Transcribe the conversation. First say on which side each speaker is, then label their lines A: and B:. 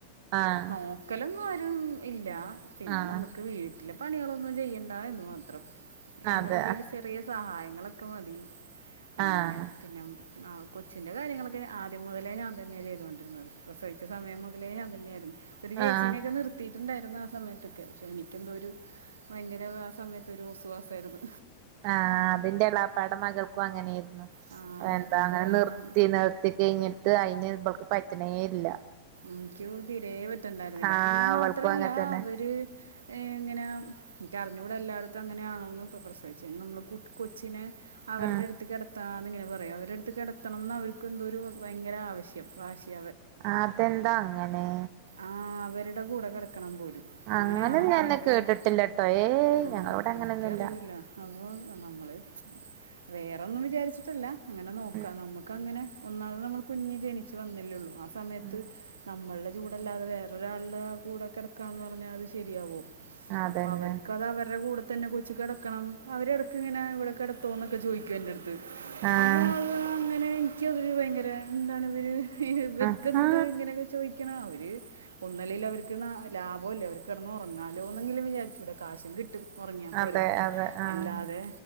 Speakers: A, on the right (about 55°); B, on the right (about 80°).
A: ആഹ്
B: നോ ക്കലൊന്നും ആരും ഇല്ല പിന്നെ
A: ആഹ്
B: നമുക്ക് വീട്ടിലെ പണികളൊന്നും ചെയ്യണ്ട എന്ന് മാത്രം. നമ്മള്
A: അതെ
B: എന്തിലും
A: ആഹ്
B: ചെറിയ സഹായങ്ങളൊക്കെ മതി അങ്ങനെ
A: ആഹ്
B: പിന്നെ മ് ആഹ് കൊച്ചിൻ്റെ കാര്യങ്ങളൊക്കെ ഞ ആദ്യം മുതലേ ഞാൻ തന്നെ ചെയ്തോണ്ടിരുന്നത് പ്രസവിച്ച സമയം മുതലേ ഞാൻ തന്നെയായ്ര്ന്ന്. ഒരു
A: ഉം
B: ചേച്ചീനെക്കെ നിർത്തിട്ട്ണ്ടായിരുന്നു ആ സമയത്തൊക്കെ പക്ഷെ എനിക്ക് എന്തോ ഒരു ഭയങ്കര ആ സമയത്ത് ഒരു ഒസുവാസ് ആയിരുന്നു.
A: ആഹ് അതിന്റെ എളാപ്പാടെ മകൾക്കു അങ്ങനെയിര്ന്നു
B: ആ
A: എന്താ
B: അത്
A: ങ്ങനെ
B: കാരണം
A: നിർത്തി നിർത്തി കയ്ഞ്ഞി ട്ട് അയിനെ ഇവൾക്ക് പറ്റ്ണേല്ല
B: മ് ക്യും തിരേ പറ്റണ്ടായിര്ന്നില്ല
A: ആഹ്
B: പിന്നെ
A: അവൾക്കും
B: മാത്രല്ല
A: അങ്ങൻ തന്നെ
B: അവര് ഏഹ് എങ്ങനാ ഇൻക്ക്‌ അറിഞ്ഞൂട എല്ലാട്ത്തും അങ്ങനാണോന്ന് പ്പോ പ്രസവിച്ച് കഴിഞ്ഞ നമ്മള് കുട് കൊച്ചിനെ അവരുടെ
A: ഉം
B: അടുത്ത് കെട ത്താം ഇങ്ങനെ പറയും അവരെടുത്ത് കെടത്തണന്ന് അവർക്ക് എന്തോ ഒരു ഭയങ്കര ആവശ്യം വാശി
A: അതെന്താ അങ്ങനെ?
B: ആഹ് അവരുടെ കൂടെ കെടക്കണം പോലും.
A: അങ്ങനെന്നും
B: അങ്ങനെയാണോ
A: ഞാന്
B: അവിടെയൊക്കെ
A: കേട്ടിട്ടില്ലട്ടോ ഏയ്‌
B: ആഹ്
A: ഞങ്ങളിവിടെ അങ്ങനെയൊന്നുല്ല.
B: <unintelligible> അപ്പൊ നമ്മള് വേറെന്നും വിചാരിച്ചിട്ടല്ല. അങ്ങനെ നോക്കാം
A: ഉം
B: നമ്മുക്കങ്ങനെ ഒന്നാമത് നമ്മളെ കുഞ്ഞ് ജനിച്ച് വന്നല്ലേള്ളൂ ആ സമയത്ത്
A: ഉം
B: നമ്മളുടെ ചൂടല്ലാതെ വേറൊരാളുടെ ആ കൂടെക്കെടക്കാന്ന് പറഞ്ഞാൽ അത് ശെരിയാവോ?
A: അതന്നെ
B: അപ്പോ അവർക്കത് അവരുടെ കൂടെ തന്നെ കൊച്ച് കെടക്കണം അവരെടക്ക്ങ്ങനെ ഇവിടെ കിടത്തോന്നൊക്കെ ചോയ്ക്കും എന്റെടുത്ത്
A: ആഹ്
B: അപ്പൊ അങ്ങനെ എനിക്കതൊരു ഭയങ്കര എന്താണ് ഇവര് ഇവർക്കെന്ത്
A: ആഹാ
B: ഇങ്ങനെയൊക്കെ ചോയ് ക്കണേ അവര് ഒന്നല്ലെല് അവര്ക്ക് ലാഭല്ലേ അവർക്ക് കെടന്ന് ഒറങ്ങാലോ. എന്തെങ്കിലും വിചാരിച്ചുടെ കാശും കിട്ടും ഒറങ്ങിയാൽ പോരെ
A: അതെ അതെ ആഹ്
B: അല്ലാതെ